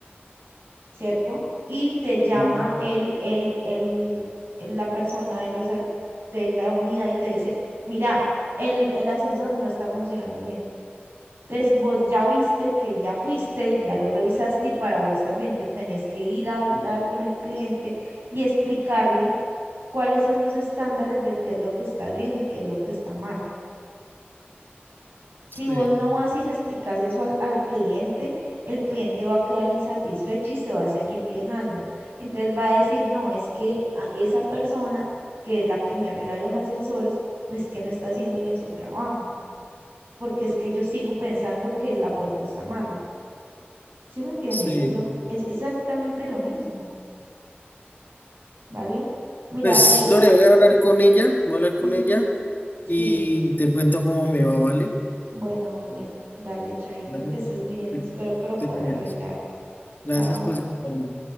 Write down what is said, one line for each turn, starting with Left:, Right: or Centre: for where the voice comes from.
Right: ¿cierto? Y te llama
Left: Mm,
Right: el, el, el, el- la persona de los, a- de la unidad y te dice, mira, el, el ascensor no está funcionando bien. Entonces, vos ya viste que ya fuiste, ya lo revisaste y para vos estás bien. Entonces, tenés que ir a hablar con el cliente y explicarle cuáles son los estándares de qué es lo que está bien y qué es lo que está mal. Si
Left: Sí,
Right: vos no vas y le explicas eso al, al cliente, el cliente va a quedar insatisfecho y se va a seguir quejando. Entonces va a decir, no, es que a esa persona que es la que me arregla los ascensores, pues que no está haciendo bien su trabajo, porque es que yo sigo pensando que la puerta está mala. ¿Sí me entiendes?
Left: sí.
Right: Es lo, es exactamente lo mismo, ¿vale? Mira,
Left: Pues
Right: eh,
Left: Lore, voy a hablar con ella, voy a hablar con
Right: ujú,
Left: ella
Right: sí,
Left: y te cuento cómo me va, ¿vale?
Right: bueno, vale, dale, Chaito,
Left: ¿Vale?
Right: que estés bien,
Left: Te
Right: espero que lo
Left: te
Right: puedan
Left: cuidas.
Right: arreglar.
Left: Gracias
Right: Chao.
Left: por escucharme.